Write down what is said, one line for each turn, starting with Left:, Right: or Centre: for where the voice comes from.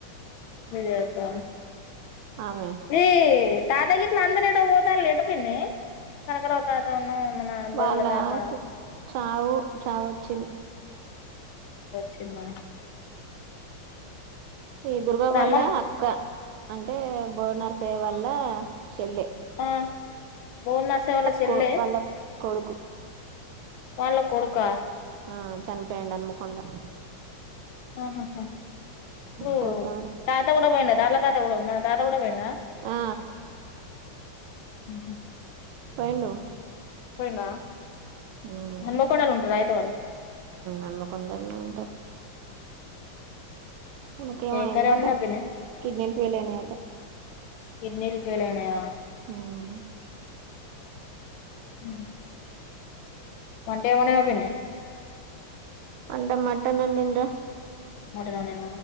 Left: మీరత
Right: ఆమె
Left: ఏ తాతగిట్ల అందరు ఎటో పోతాళ్ళు లేెటు పిన్ని కనకరావు తాతను మన బోడుల
Right: వాళ్ళా
Left: తాత
Right: చావు చావు వచ్చిం
Left: చిందా
Right: ఈ దుర్గ
Left: ఇప్పుడు
Right: వాళ్ళ
Left: అమ్మమ్
Right: అక్క అంటే బోర్నర్స్సే వల్ల షెల్లె
Left: ఆ బోర్నర్స వాళ్ళ చెల్లె
Right: కో వాళ్ళ కొడుకు
Left: వాళ్ళ కొడుకా
Right: ఆ చన్పోయిండ్ అన్మకొండ
Left: ఆహహా ఇప్పుడు
Right: పోతారు
Left: తాత గుడా పోయిండా దార్లొక్ మీ తాత గుడ్ మా తాత గుడా పోయిండ్ అలో
Right: ఆ
Left: మ్మ్ హు
Right: పోయిండు
Left: పోయిండా
Right: ఉమ్
Left: హన్మకొండల్ ఉంటరా ఐతే వాళ్ళు
Right: హన్మకొండలనే ఉంటారు ఇనకేమో
Left: ఏం
Right: ఐన్దట
Left: కర్రీ వండినావు పిన్ని
Right: కిడ్నీలు ఫెయిల్ ఐనాయట
Left: కిడ్నీలు ఫేలైనాయా
Right: మ్మ్
Left: <unintelligible> వంటెం వండినావ్ పిన్ని
Right: అంటె మటన్ అండిన్రా
Left: మూడుగా నేను